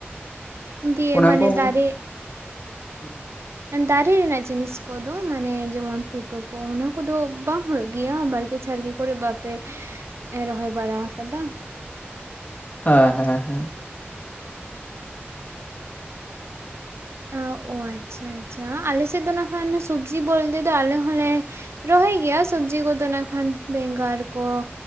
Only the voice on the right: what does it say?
ᱫᱤᱭᱮ
ᱢᱟᱱᱮ
ᱫᱟᱨᱮ
ᱫᱟᱨᱮ ᱨᱮᱱᱟᱜ ᱡᱤᱱᱤᱥ ᱠᱚᱫᱚ ᱢᱟᱱᱮ ᱡᱮᱢᱚᱱ ᱯᱤᱯᱷᱟᱹ ᱠᱚ ᱚᱱᱟ ᱠᱚᱫᱚ ᱵᱟᱝ ᱦᱩᱭᱩᱜ ᱜᱮᱭᱟ ᱵᱟᱲᱜᱮ ᱡᱷᱟᱲᱜᱮ ᱠᱚᱨᱮ ᱵᱟᱯᱮ ᱨᱚᱦᱚᱭ ᱵᱟᱲᱟ ᱟᱠᱟᱫᱟ
ᱟ, ᱚ ᱟᱪᱪᱷᱟ ᱟᱪᱪᱷᱟ ᱟᱞᱮᱥᱮᱫ ᱫᱚ ᱱᱟᱜ ᱠᱷᱟᱱ ᱥᱚᱵᱡᱤ ᱵᱚᱞᱛᱮ ᱫᱚ ᱟᱞᱮ ᱦᱚᱸᱞᱮ ᱨᱚᱦᱚᱭ ᱜᱮᱭᱟ ᱥᱚᱵᱡᱤ ᱠᱚᱫᱚ ᱱᱟᱜ ᱠᱷᱟᱱ ᱵᱮᱸᱜᱟᱲ ᱠᱚ